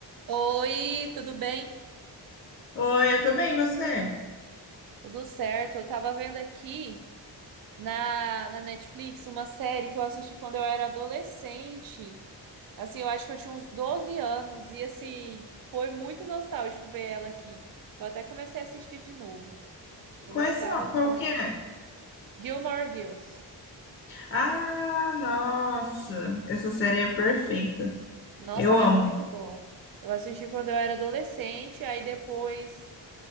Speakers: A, on the right (about 50°); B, on the left (about 30°).
A: Oi, tudo bem?
B: Oi, eu tô bem, e você?
A: Tudo certo. Eu tava vendo aqui na, na Netflix uma série que eu assisti quando eu era adolescente. Assim, eu acho que eu tinha uns 12 anos e assim, foi muito nostálgico ver ela aqui. Eu até comecei a assistir de novo. Eu
B: Quais
A: gostava
B: são?
A: muito.
B: Qual que é?
A: Gilmore Girls.
B: Ah, nossa, essa série é perfeita.
A: Nossa,
B: Eu
A: ela
B: amo.
A: é muito boa. Eu assisti quando eu era adolescente, aí depois